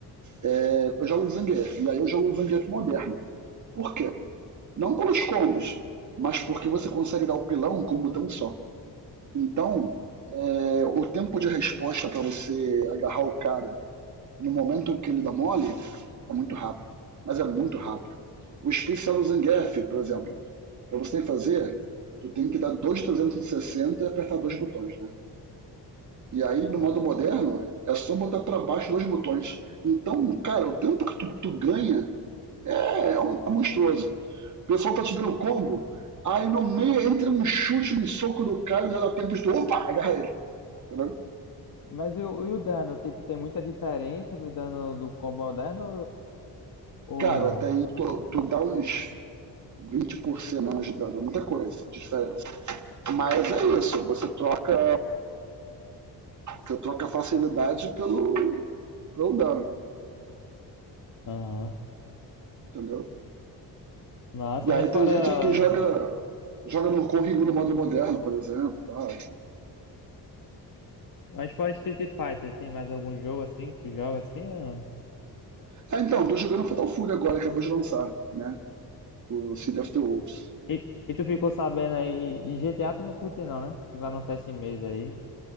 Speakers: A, on the right; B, on the left.
A: é, eu jogo de Zangief, e aí eu jogo de Zangief moderno. Por quê? Não pelos combos, mas porque você consegue dar o pilão com um botão só. Então, é, o tempo de resposta para você agarrar o cara no momento que ele dá mole, é muito rápido. Mas é muito rápido. O especial do Zangief, por exemplo, para você fazer, tu tem que dar 2,360 e sessenta e apertar dois botões, né? E aí, no modo
B: Ah,
A: moderno, é só botar para baixo dois botões. Então, cara, o tempo que tu, tu ganha é, é, um, é monstruoso. O pessoal tá te dando combo, aí no meio entra um chute, um soco do cara, já dá tempo de tu, opa, agarra ele. Tá,
B: Mas e o, e o dano? Tipo, tem muita diferença do dano do combo moderno ou
A: Cara,
B: não?
A: até aí tu, tu dá uns 20% menos de dano, é muita coisa diferença. Mas é isso, você troca, você troca a facilidade pelo, pelo dano,
B: Aham.
A: entendeu?
B: Massa,
A: E aí
B: mas
A: tem
B: fora,
A: gente que joga joga no Con no modo moderno, por exemplo. Tal.
B: mas fora Street Fighter, tem mais algum jogo assim que tu joga assim? ou-
A: Ah, então, tô jogando Fatal Fury agora, acabou de lançar, né? O City of the Wolves.
B: E, e tu ficou sabendo aí, de GTA tu não curte não, né? Que vai lançar esse mês aí.